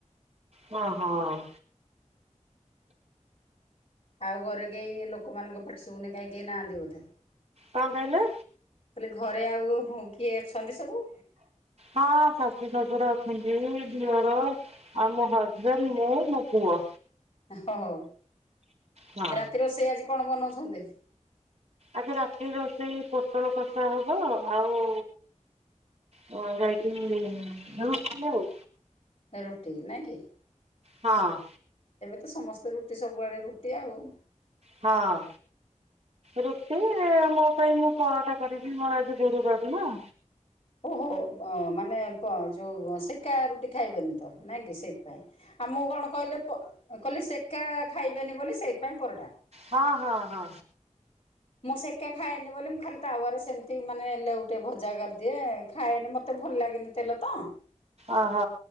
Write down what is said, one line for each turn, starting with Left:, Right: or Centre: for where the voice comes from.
Right: ହଁ ହଁ।
Left: ଆଉ ଘରେ କେହି ଲୋକମାନଙ୍କ ପାଟିଶୁଭୁନି କାହିଁ କେହି ନାହାନ୍ତି ବୋଧେ।
Right: କଣ କହିଲେ?
Left: କହଲେ ଘରେ ଆଉ କିଏ ଅଛନ୍ତି ସବୁ
Right: ହଁ ଶାଶୁ ଶଶୁର ଅଛନ୍ତି। ଦିଅର ଆଉ ମୋ ହଜବେଣ୍ଡ ମୁଁ ମୋ ପୁଅ।
Left: ହ ହୋ
Right: ହଁ
Left: ରାତି ରୋଷଇ ଆଜି କଣ ବନଉଛନ୍ତି?
Right: ଆଜି ରାତି ରୋଷେଇ ପୋଟଳ କଷା ହବ ଆଉ ହଁ <unintelligible> ରୁଟି ଆଉ।
Left: ରୁଟି ନାହି କି।
Right: ହଁ।
Left: ଏବେ ତ ସମସ୍ତେ ରୁଟି ସବୁଆଡେ ରୁଟି ଆଉ।
Right: ହଁ। ରୁଟି ମୋ ପାଇଁ ମୁଁ ପରଟା କରିବି ମୋର ଆଜି ଗୁରୁବାର ନା।
Left: ଓହୋ ମାନେ ପ ଯୋଉ ସେକା ରୁଟି ଖାଇବେନି ତ ନାଇଁ କି ସେଇଥିପାଇଁ। ଆମକୁ କଣ କହିଲେ ପ କହିଲେ ସେକା ଖାଇବେନି ବୋଲି ସେଇଥ୍ ପାଇଁ ପରଠା।
Right: ହଁ ହଁ ହଁ।
Left: ମୁଁ ସେକା ଖାଏନି ବୋଲି ମୁଁ ଖାଲି ତାୱରେ ସେମିତି ମାନେ ଲେଉଟେ ଭଜା କରିଦିଏ ଖାଏନି ମତେ ଭଲ ଲାଗେନି। ତେଲ ତ।
Right: ଅହ।